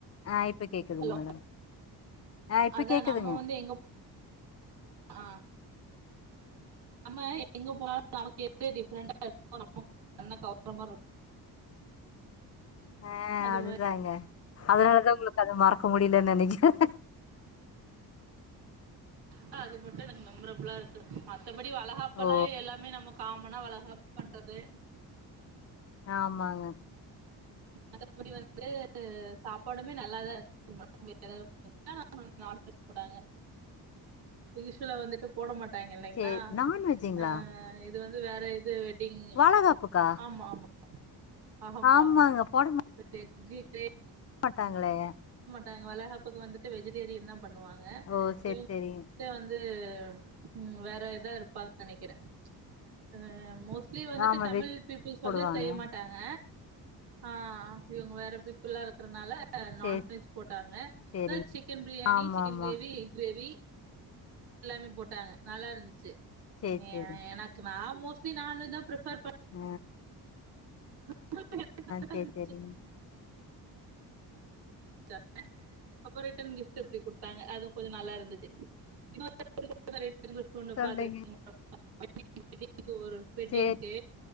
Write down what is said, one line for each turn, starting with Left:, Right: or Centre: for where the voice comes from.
Left: ஆஹ் இப்ப கேக்குதுங்க
Right: ஹலோ
Left: மேடம் ஆ இப்ப
Right: அதான்
Left: கேக்குதுங்க
Right: நம்ம வந்து எங்க ஹ நம்ம எங்க போனாலு நமக்கு எது டிஃப்ரெண்டா இருக்கோ நமக்கு <inaudible>
Left: ஹ
Right: அது
Left: அதுதாங்க
Right: மாதிரி
Left: அதனாலதான் உங்களுக்கு அது மறக்க முடிலன்னு நெனைக்குறேன்
Right: ஹ அது மட்டும் எனக்கு மெமரபிளா இருக்கு மத்தபடி வளகாப்பல
Left: ஓ
Right: எல்லாமே நம்ம காம் மன வளகாப்பு பண்றது
Left: ஆமாங்க
Right: அதபடி வந்து சாப்பாடுமே நல்லாதான் இருந்துச்சுநான்வெஜ் போட்டாங்க இசுல வந்துட்டு போட மாட் ங்க இல்லைங்களா
Left: சரி நான்வெஜ்ஜுங்களா
Right: அஹ இது வந்து வேற இது வெ அப்டிங்களா
Left: வாழகாப்புக்கா
Right: ஆமா - ஆமா <inaudible> ஆமா
Left: ஆமாங்க போட
Right: <unintelligible>
Left: மாட்டாங்களே
Right: நாங்க வளகாப்புக்கு வந்துட்டு வெஜிடேரியன் தான் பண்ணுவாங்க
Left: ஓ சரி
Right: இவங்க
Left: சரிங்க
Right: வந்து ந்து உ வேற இதா இருப்பாங்க நெனைக்கிறேன் உ மோஸ் லி வந்துட்டு
Left: ஆமா
Right: தமிழ்
Left: வெஜ்
Right: பீபிள்ஸ் வந்து
Left: போடுவாங்க
Right: செய்ய மாட்டாங்க ஹ இவங்க வேற பிப்புல்லா இருக்கறனால ல்ல நான்வெஜ்
Left: சரி
Right: போட்டாங்க
Left: சரிங்க
Right: அதான் சிக்கன் பிரியாணி
Left: ஆமா
Right: சிக்கன்
Left: ஆமா
Right: கிரேவி எக் கிரேவி எல்லாமே போட்டாங்க நல்லா இருந்துச்சு
Left: சரி
Right: ஏ
Left: சரி
Right: எனக்கு நா மோஸ்லி நான்வெஜ் தான் பிரிஃபர்
Left: ஹ
Right: <unintelligible>
Left: சரி சரிங்க
Right: ச்சு <inaudible> அப்ப ரிட்டன் கிஃப்ட் இப்டி குடுத்தாங்க அது கொஞ்ச நல்லா இருந்துச்சு <inaudible> <unintelligible>
Left: சொல்லுங்க
Right: பாத்திருக்கீங்ளா <unintelligible> க்கு ஒரு வெட்டிங்க்கு
Left: சரிங்க